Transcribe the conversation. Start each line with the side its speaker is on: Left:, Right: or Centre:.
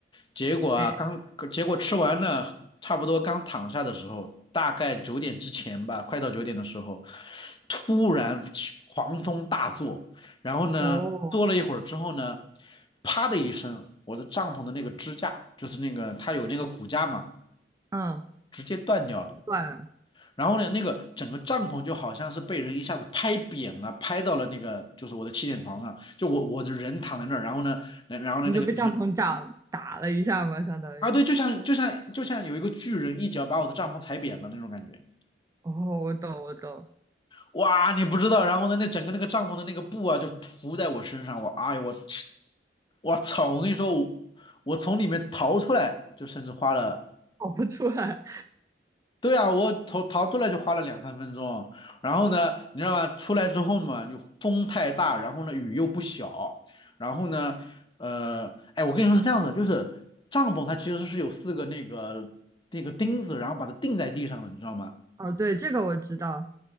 Left: 结果啊刚结果吃完了差不多刚躺下的时候，
Right: 哎，
Left: 大概九点之前吧，快到九点的时候，突然狂风大作。然后呢，
Right: 哦，
Left: 坐了一会儿之后呢，啪的一声，我的帐篷的那个支架，就是那个它有那个骨架嘛，
Right: 嗯，
Left: 直接断掉了。
Right: 算了，
Left: 然后呢，那个整个帐篷就好像是被人一下子拍扁了，拍到了那个就是我的气垫床上，就我我的人躺在那儿，然后呢，然后呢那个整个
Right: 你就被帐篷打打了一下嘛，相当于，
Left: 啊对，就像就像就像有一个巨人一脚把我的帐篷踩扁了那种感觉。
Right: 哦，我懂，我懂，
Left: 哇，你不知道，然后呢，那整个那个帐篷的那个布啊，就铺在我身上，我哎呦我去我操！我跟你说，我我从里面逃出来，就甚至花了，
Right: 跑不出来，
Left: 对啊，我逃逃出来就花了两三分钟，然后呢，你知道吗？出来之后嘛，就风太大，然后呢雨又不小，然后呢，呃，哎，我跟你说是这样子，就是帐篷它其实是有四个那个那个钉子，然后把它钉在地上的，你知道吗？
Right: 哦，对，这个我知道，